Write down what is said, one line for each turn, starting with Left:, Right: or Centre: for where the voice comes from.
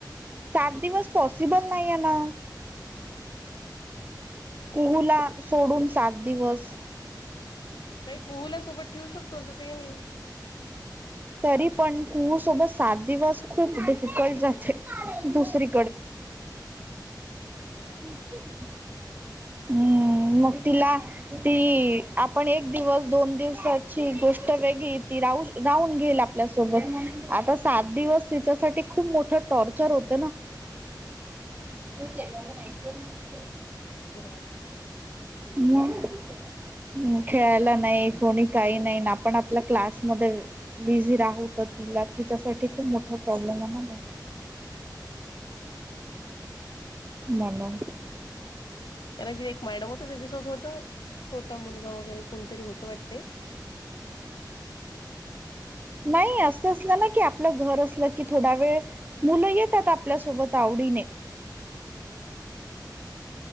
Right: सात दिवस पॉसिबल नाही ये ना
Left: हम्म.
Right: कुहूला सोडून सात दिवस
Left: नाही, कुहुला सोबत ठेवू शकतो असं काही नाही.
Right: तरी पण कुहू सोबत सात दिवस खूप डिफिकल्ट जाते दुसरी
Left: हम्म, ते तर आहेच.
Right: <inaudible> हम्म. मग तिला ती आपण एक दिवस दोन दिवसाची गोष्ट वेगळी ती राहू शक लावून घेईल आपल्यासोबत. आता सात दिवस तिच्यासाठी खूप मोठं टॉर्चर होतं ना.
Left: हम्म.
Right: <unintelligible>
Left: ते तर आहे.
Right: <inaudible> ह खेळायला नाही कोणी काही नाही आपण आपल्या क्लासमध्ये बिझी राहू. त तिला तिच्यासाठी खूप मोठा प्रॉब्लेम होणार ना.
Left: हम्म.
Right: मनून.
Left: कारण की एक मॅडम होतं त्याच्यासोबत होत छोटा मुलगा वगैरे कोणतरी होत वाटते.
Right: नाही असं असलं ना की आपलं घर असलं की थोडा वेळ मुलं येतात आपल्यासोबत आवडीने.
Left: ह्म्म‌.